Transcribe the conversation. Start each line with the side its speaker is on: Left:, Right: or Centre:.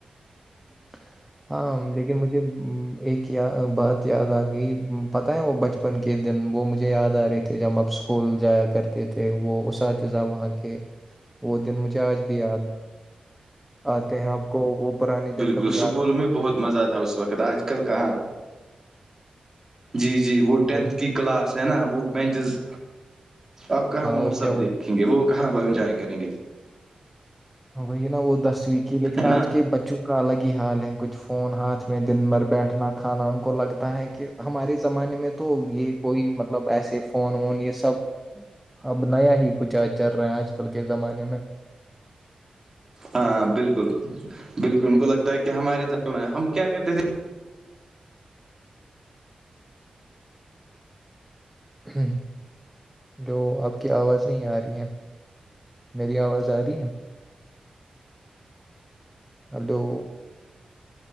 Centre: <inaudible> ہاں لیکن مجھے ایک یا بات یاد آ گئی پت ہے وہ بچ بچپن کے دن وہ مجھے یاد آ رہے تھے جب آپ اسکول جایا کرتے تھے وہ اساتذہ وہاں کے وہ دن مجھے آج بھی یاد آتے ہیں آپ کو وہ پرانے دن
Right: کول
Centre: کبھی یاد آتے
Right: میں
Centre: ہیں
Right: ب بہت مزہ تھا اس وقت آج کل کہاں جی جی وہ ٹینتھ
Centre: وہی
Right: کی کلاس ہے نا وہ بینچز آپ کہاں
Centre: ہاں
Right: وہ
Centre: اور
Right: وہ سب
Centre: کیا
Right: دیکھیں گے وہ کہاں وہ ا انجوائے کریں گے
Centre: ہو گئی ہے نا وہ دسویں کی لیکن
Right: ہے
Centre: آج
Right: نا
Centre: کے بچوں کا الگ ہی حال ہے کچھ فون ہاتھ میں دن بھر بیٹھنا کھانا ان کو لگتا ہے کہ ہمارے زمانے میں تو یہ کوئی مطلب ایسے فون وون یہ سب اب نیا ہی کچھ آ چل رہا ہے آج کل کے زمانے میں
Right: ہاں بالکل بالکل ان کو لگتا ہے کہ ہمارے زان ہم کیا کرتے تھے
Centre: ہ جو آپ کی آواز نہیں آ رہی ہیں میری آواز آ رہی ہے ہلو